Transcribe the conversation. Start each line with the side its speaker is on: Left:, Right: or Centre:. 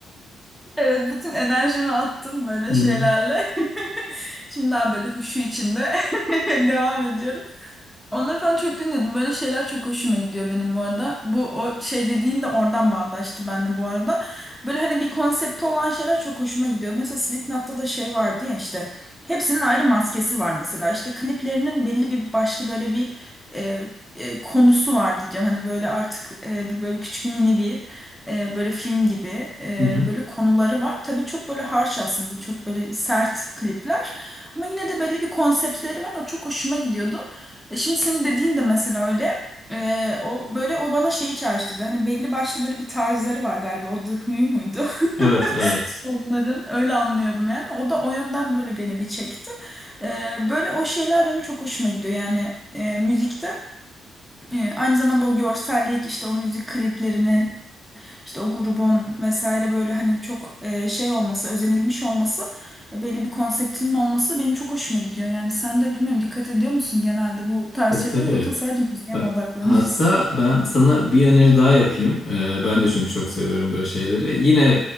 Centre: Evet, bütün enerjimi attım böyle
Left: Hı hı,
Centre: şeylerle. <laughs> Şimdi daha böyle huşu içinde <laughs> devam ediyorum. Onları falan çok dinliyordum. Böyle şeyler çok hoşuma gidiyor benim bu arada. Bu o şey dediğin de oradan bağdaştı benimle bu arada. Böyle hani bir konsepti olan şeyler çok hoşuma gidiyor. Mesela Slipknot'ta da şey vardı ya işte. Hepsinin ayrı maskesi var mesela. İşte kliplerinin belli bir başlı böyle bir e, e, konusu var diyeceğim. Hani böyle artık e, bir böyle küçük mini bir e, böyle film gibi e,
Left: hı hı.
Centre: böyle konuları var. Tabii çok böyle harsh aslında çok böyle sert klipler ama yine de belli bir konseptleri var. O çok hoşuma gidiyordu. E, şimdi senin dediğin de mesela öyle. E, o böyle o bana şeyi çağrıştırdı. Hani belli başlı böyle bir tarzları var galiba. O The Who muydu?
Left: Evet evet.
Centre: <laughs> Onların öyle anlıyorum yani. O da o yönden böyle beni bir çekti. E, böyle o şeyler benim çok hoşuma gidiyor. Yani e, müzikte e, aynı zamanda o görsellik işte o müzik kliplerinin işte o grubun vesaire böyle hani çok e, şey olması, özenilmiş olması, e, belli bir konseptinin olması benim çok hoşuma gidiyor. Yani sen de bilmiyorum dikkat ediyor musun genelde bu tarz
Left: Tabii
Centre: şeyler
Left: tabii.
Centre: yoksa sadece müziğe
Left: Bak
Centre: mi odaklanıyorsun?
Left: hatta ben sana bir öneri daha yapayım. E, ben de çünkü çok seviyorum böyle şeyleri. Yine